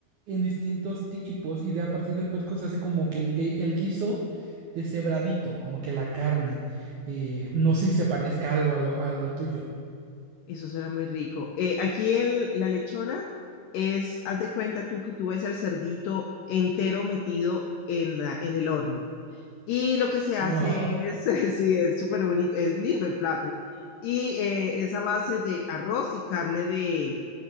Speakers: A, on the right; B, on the left.
A: en distintos tipos, y de a partir del puerco se hace como que el, gui- el guiso deshebradito, como que la carne. Eh, no sé si se parezca algo a lo, a lo tuyo. <laughs>
B: Eso suena muy rico. Eh, aquí el- la lechona es, haz de cuenta tú que tú ves el cerdito entero metido en la, en el horno. Y lo que se hace
A: Wow.
B: es, <laughs> sí, es súper bonito, es lindo el plato. Y eh, es a base de arroz y carne de,